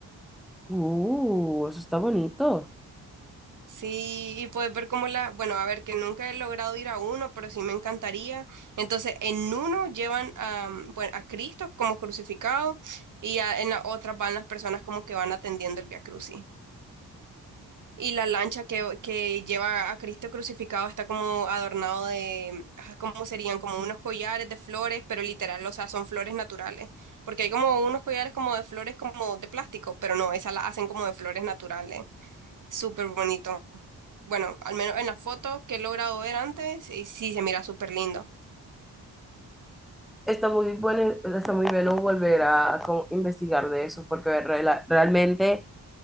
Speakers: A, in the centre; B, on the right.
A: Uh, eso está bonito.
B: Sí, y puedes ver cómo la, bueno, a ver, que nunca he logrado ir a uno, pero sí me encantaría. Entonces, en uno llevan a, bueno, a Cristo como crucificado y a- en la otra van las personas como que van atendiendo el Vía Crucis. Y la lancha que, que lleva a Cristo crucificado está como adornado de, ah, ¿cómo serían? Como unos collares de flores, pero literal, o sea, son flores naturales. Porque hay como unos collares como de flores como de plástico, pero no, esas las hacen como de flores naturales súper bonito. Bueno, al menos en las fotos que he logrado ver antes, y sí se mira súper lindo.
A: Está muy bueno, está muy bueno volver a como investigar de eso, porque rela- realmente